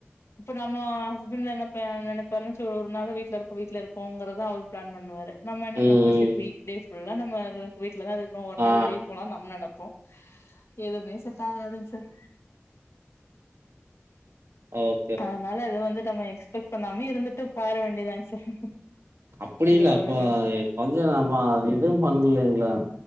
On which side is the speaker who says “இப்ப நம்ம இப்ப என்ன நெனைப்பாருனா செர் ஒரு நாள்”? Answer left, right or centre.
Left